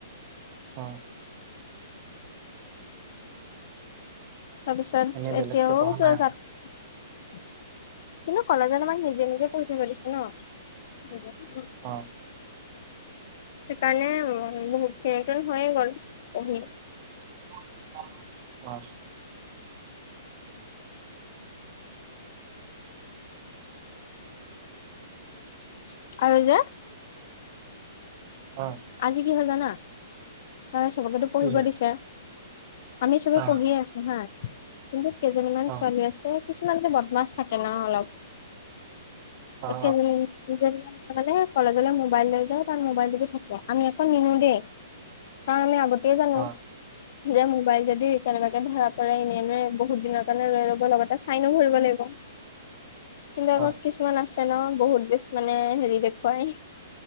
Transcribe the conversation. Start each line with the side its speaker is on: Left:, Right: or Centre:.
Right: অঁ অ।
Left: তাৰপিছত
Right: এনেই বেলেগকে
Left: এতিয়াও
Right: পঢ়া
Left: তই
Right: নাই আৰু
Left: তাত কিন্তু কলেজত আমাক নিজে নিজে পঢ়ি থাকিব দিছে ন'? হুম হুম উম।
Right: অ অ।
Left: সেইকাৰণে উম উম উম, সিহঁতৰ হৈ গ'ল পঢ়ি।
Right: চু চু অঁ অ, ৱাছ।
Left: ছিট চু আৰু যে
Right: অ অ।
Left: আজি কি হ'ল জানা? ত' চবকেটো পঢ়িব
Right: কি হ'ল
Left: দিছে। আমি চবে
Right: অ
Left: পঢ়িয়ে আছো হাঁ কিন্তু কেইজনীমান
Right: অ
Left: ছোৱালী আছে কিছুমান যে বদমাছ থাকে ন' অলপ।
Right: অ
Left: একেজনী দুজনীমান ছোৱালীয়ে কলেজলৈ মোবাইল লৈ যায়। তাত মোবাইল টিপি থাকে। আমি একো নিনিও দেই। আ আমি আগতেই জানো।
Right: অ অ
Left: যে মোবাইল যদি কেনেবাকে ধৰা পৰে এনে এনে বহুত দিনৰ কাৰণে লৈ ল'ব লগতে ফাইনো ভৰিব লাগিব। কিন্তু আকৌ
Right: অ
Left: কিছ কিছুমান আছে ন বহুত বেছ মানে হেৰি দেখুৱাই